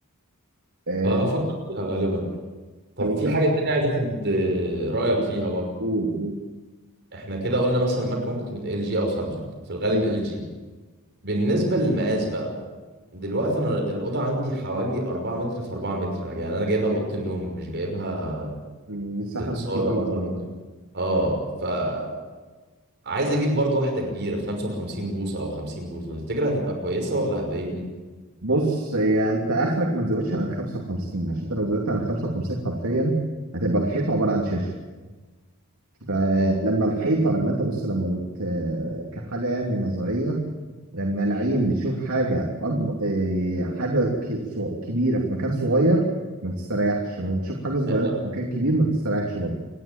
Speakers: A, on the right; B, on the right.
A: آه،
B: ففكرت فيها غالبا طب
A: طب انت
B: في حاجة تانية عايز اخد آه، رأيك
A: قول
B: فيها برضه
A: قول قول.
B: احنا كده قلنا مثلا الماركة ممكن تكون ال جي او سامسونج في الغالب
A: ايوه
B: ال جي بالنسبة للمقاس بقى دلوقتي انا الأوضة عندي حوالي 4 متر في 4 متر انا يعني انا جايبها لأوضة النوم مش جايبها
A: المساحه
B: للصاله
A: مش كبيره
B: مثلا وكده. اه فعايز اجيب برضو واحده كبيره 55 بوصه او 50 بوصه تفتكر هتبقى كويسه ولا هتضايقني
A: بص هي انت اخرك ما تزودش عن ال 55 عشان انت لو زودت عن ال 55 حرفيا هتبقى الحيطه عباره عن شاشه فلما
B: مم.
A: الحيطه لما انت بص لما بت كحاجه يعني نظريه لما العين بتشوف حاجه أكبر حاجه ك- ص- كبيره في مكان صغير ما بتستريحش لما بتشوف حاجه صغيره
B: يعني
A: في مكان كبير ما بتستريحش برضه